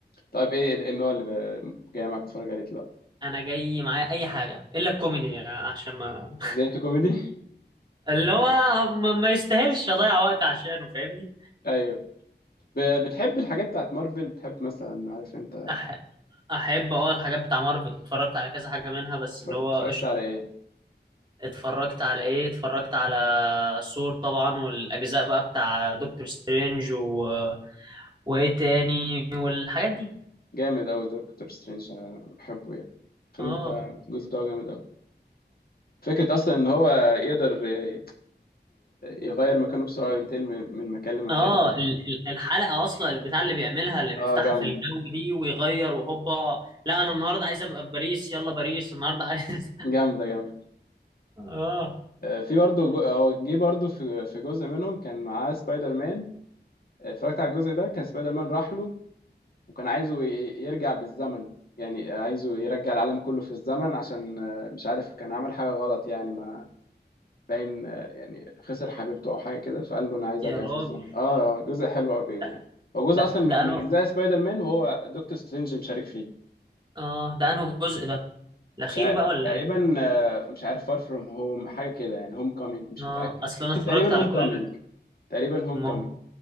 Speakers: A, on the left; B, on the right.
A: طيب ايه ال- إيه النوع اللي ب- جاي معاك تتفرج عليه دلوقتي
B: انا جاي معايا اي حاجه الا الكوميدي عشان ما
A: زي أنت كوميدي
B: <laughs> اللي هو ما, ما يستاهلش اضيع وقت عشانه فاهمني
A: <laughs> ايوه ب- بتحب الحاجات بتاعت مارفل بتحب مثلا عارف انت
B: أح... احب اه الحاجات بتاع مارفل اتفرجت على كذا حاجه منها بس
A: اتفر-
B: اللي هو
A: اتفرجت
B: قشطه
A: على ايه
B: اتفرجت على ايه اتفرجت على ثور طبعا والاجزاء بقى بتاع دكتور سترينج و... وايه تاني والحاجات دي
A: جامد اوي دكتور سترينج أنا بحبه يعني الفيلم
B: اه
A: بتاع الجزء بتاعه جامد أوي. فكرة أصلا إن هو يقدر ي- يغير مكانه بسرعة وينتقل من من مكان لمكان
B: اه ال- ال- الحلقه اصلا البتاع اللي بيعملها اللي بيفتحها
A: اه جامدة
B: في الجو دي ويغير وهوبا لا انا النهارده عايز ابقى في باريس يلا باريس النهارده عايز <laughs>
A: جامدة جامدة
B: اه
A: آه، في برضه جو- هو جه برضه في في جزء منهم كان معاه سبايدر مان آه، اتفرجت على الجزء ده كان سبايدر مان راح له وكان عايزه ي- يرجع بالزمن يعني عايزه يرجع العالم كله في الزمن عشان آه، مش عارف كان عمل حاجة غلط يعني ما باين آه، يعني خسر حبيبته أو حاجة كده فقال له أنا عايز
B: يا
A: أرجع
B: راجل
A: في الزمن اه آه، جزء حلو أوي
B: ده
A: يعني هو جزء
B: ده
A: أصلا من
B: ده انه
A: من أجزاء سبايدر مان وهو دكتور سترينج مشارك فيه
B: اه ده انه جزء ده الاخير
A: مش عارف
B: بقى ولا
A: تقريبا
B: ايه
A: آه، مش عارف فار فروم هوم حاجه كده يعني هوم كومينج مش
B: اه
A: متاكد
B: اصل
A: ممكن
B: انا اتفرجت
A: تقريبا
B: على
A: هوم
B: كل
A: كومينج تقريبا هوم
B: مام
A: كومينج